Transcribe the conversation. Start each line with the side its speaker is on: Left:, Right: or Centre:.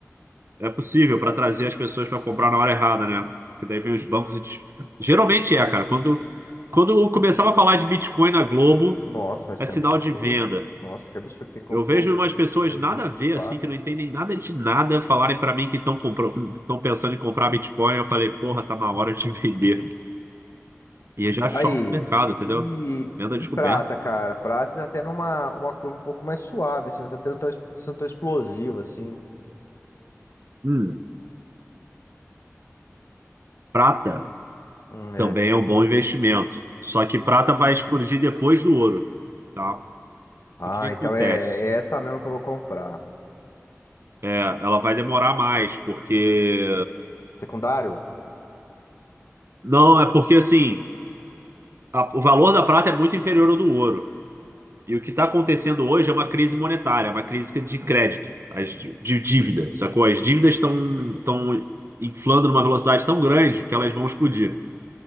Right: É possível pra trazer as pessoas pra comprar na hora errada, né? Porque daí vem os bancos e... te- Geralmente é, cara. Quando, quando eu começava a falar de Bitcoin na Globo,
Left: Nossa, mas
Right: é
Left: que
Right: sinal
Left: absurdo.
Right: de venda.
Left: Nossa, que absurdo. Quem comprou
Right: Eu vejo umas
Left: em
Right: pessoas
Left: 2024?
Right: nada a ver, assim, que não entendem nada de nada, falarem pra mim que estão comprando, estão pensando em comprar Bitcoin. Eu falei, porra, tá na hora de <laughs> vender. E é já short
Left: Aí,
Right: mercado, entendeu?
Left: e,
Right: Venda
Left: e
Right: descoberta.
Left: prata, cara? Prata tá tendo uma, uma curva um pouco mais suave, assim, não tá tendo tão, sendo tão explosiva, assim.
Right: Hum, prata
Left: Hum, É.
Right: também é um bom investimento. Só que prata vai explodir depois do ouro, tá?
Left: Ah,
Right: O que que acontece?
Left: então é, é essa mesmo que eu vou comprar.
Right: É, ela vai demorar mais, porque...
Left: Secundário?
Right: Não, é porque, assim, a- o valor da prata é muito inferior ao do ouro. E o que está acontecendo hoje é uma crise monetária, uma crise de crédito, as, de de dívida, sacou? As dívidas estão estão inflando numa velocidade tão grande que elas vão explodir.